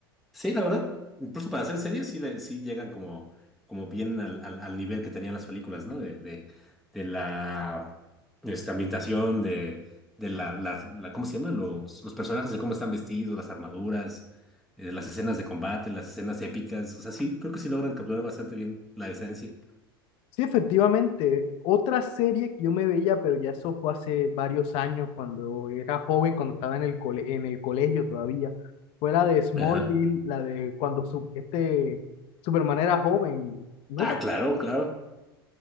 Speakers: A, in the centre; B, on the left.
A: Sí, la verdad, incluso para hacer series sí, le, sí llegan como, como bien al, al, al nivel que tenían las películas, ¿no? De, de, de la esta ambientación, de, de la, la, la- ¿cómo se llama? Los, los personajes, de cómo están vestidos, las armaduras, eh, las escenas de combate, las escenas épicas. O sea, sí, creo que sí logran capturar bastante bien la esencia.
B: Sí, efectivamente. Otra serie que yo me veía, pero ya eso fue hace varios años, cuando era joven, cuando estaba en el cole- en el colegio todavía, fue la de Smallville,
A: Ajá.
B: la de cuando su- este Superman era joven. ¿No
A: Ah,
B: te-
A: claro, claro.